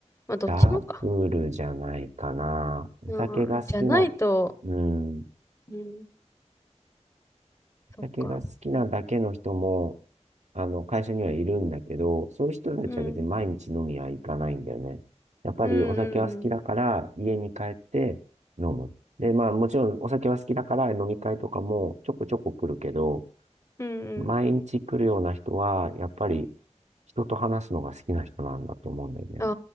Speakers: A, on the left (about 25°); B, on the right (about 70°).
A: まあ、どっちもか。
B: ダブルじゃないかな。お酒が好きな、
A: うん、じゃないと、
B: うん、
A: うん、そっか。
B: 酒が好きなだけの人も、あの、会社にはいるんだけど、そういう人たちは別に毎日飲みは行かないんだよね。
A: うん、
B: やっぱりお酒は好きだから、
A: うん、うん、
B: 家に帰って飲む。で、まあもちろんお酒は好きだから飲み会とかもちょこちょこ来るけど、
A: うん、うんうん。
B: 毎日来るような人は、やっぱり人と話すのが好きな人なんだと思うんだよね。
A: あ